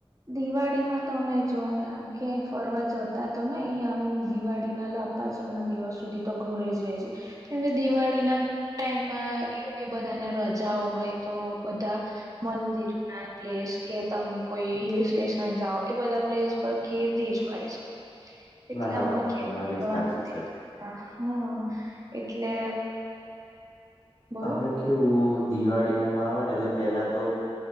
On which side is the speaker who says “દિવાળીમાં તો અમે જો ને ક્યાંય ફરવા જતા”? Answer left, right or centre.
Right